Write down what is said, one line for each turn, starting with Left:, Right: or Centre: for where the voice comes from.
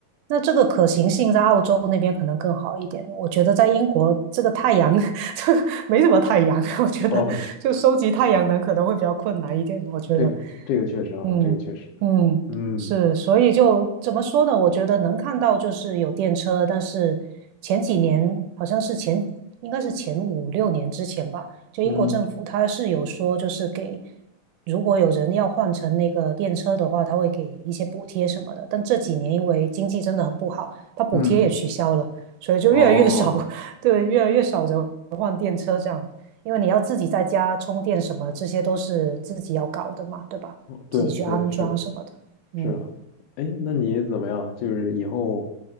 Right: 那这个可行性在澳洲那边可能更好一点。我觉得在英国这个太阳 <laughs> 这没什么太阳，<laughs> 我觉得就收集太阳能可能会比较困难一点。
Left: 哦，去，
Right: 我觉得，
Left: 这个这个确实啊，
Right: 嗯嗯，
Left: 这个确实，嗯
Right: 是，所以就怎么说呢？我觉得能看到就是有电车，但是前几年好像是前，应该是前五六年之前吧，就英国政府它是有说，
Left: 嗯
Right: 就是给如果有人要换成那个电车的话，它会给一些补贴什么的。但这几年因为经济真的很不好，它补贴也取消了，
Left: 嗯，
Right: 所以就越来越少，
Left: 哦，
Right: <laughs> 对，越来越少人换电车这样，因为你要自己在家充电什么，这些都是自己要搞的嘛，对吧？
Left: 对对是。
Right: 自己去安装什么的。嗯
Left: 是的，哎，那你怎么样？就是以后，